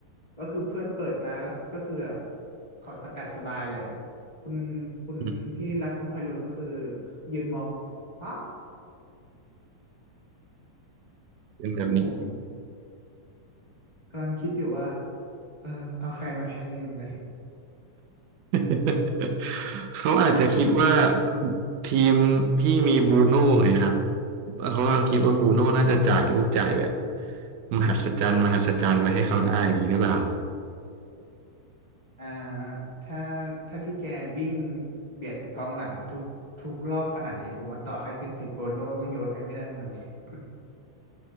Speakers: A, on the left; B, on the right.
A: ก็คือเพื่อนเปิดมาก็ก็คือเขาสกัดสบายเลยคุณคุณพี่รัฐคุณฮอยลุนก็คือ
B: อืม
A: ยืนมองอ้า
B: เป็นแบบนี้
A: ผมกำลังคิดอยู่ว่าเออเอาใครมาแทนดีเหมือนกัน
B: <laughs> เขาอาจจะคิดว่าทีมพี่มีบรูโน่ไงครับเขาก็คิดว่าบรูโน่น่าจะจ่ายลูกจ่ายแบบมหัศจรรย์มหัศจรรย์ไว้ให้เขาได้อย่างนี้หรือเปล่า
A: อ่าถ้าถ้าพี่แกวิ่งเบียดกับกองหลังทุกทุกรอบขนาดนี้ผมว่าต่อให้เป็นสิบโบโน่ก็โยนให้ไม่ได้นะ <laughs>